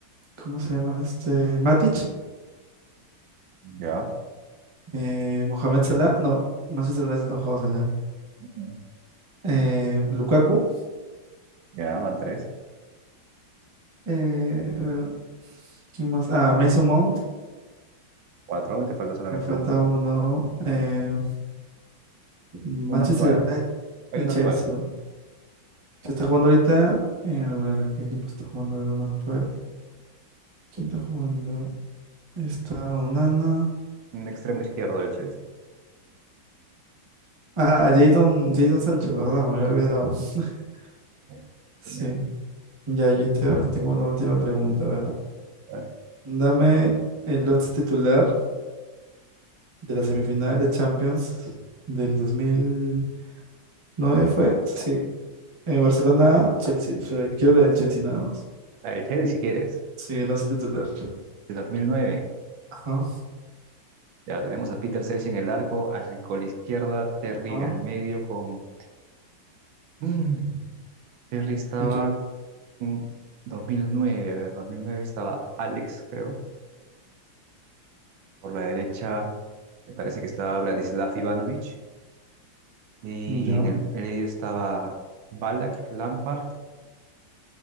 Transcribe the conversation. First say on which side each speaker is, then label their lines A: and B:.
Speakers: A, on the right (about 30°); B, on the right (about 75°).
A: ¿cómo se llama este? Matic,
B: ya,
A: eh, Mohamed Salah, no, Manchester United no jugó a Salah.
B: ujú,
A: Eh, Lukaku,
B: ya, van tres,
A: Eh, a ver, ¿quién más? Ah, Mason Mount.
B: cuatro, y te falta solamente
A: Me falta
B: uno.
A: uno. Eh, Manchester
B: Uno actual,
A: United
B: hay
A: y
B: uno
A: Chelsea.
B: actual,
A: ¿Qué está jugando ahorita? Eh, a ver, ¿qué equipo está jugando? A ver, uno actual. ¿Quién está jugando? Está Onana.
B: un extremo izquierdo del Chelsea.
A: Ah, Jadon, Jadon Sancho, perdón, me había olvidado. <laughs>
B: Sí,
A: Sí.
B: genial.
A: Ya, yo te- tengo una última pregunta. A ver,
B: A ver,
A: dame el once titular de la semifinal de Champions del dos mil nueve ¿fue? Sí. Eh, Barcelona, Chelsea. Pero quiero la del Chelsea nada más.
B: la del Chelsea si quieres,
A: Sí, la hace titular.
B: de dos mil nueve,
A: Ajá,
B: Ya tenemos a Peter Cech en el arco, Ashley Cole izquierda, Terry
A: ajá.
B: en el medio con... Mm, Terry estaba
A: Ya,
B: en 2009, a ver, 2009 estaba Alex, creo. Por la derecha me parece que estaba Bradislav Ivanovic. Y
A: ya.
B: en el medio estaba Ballack, Lampard,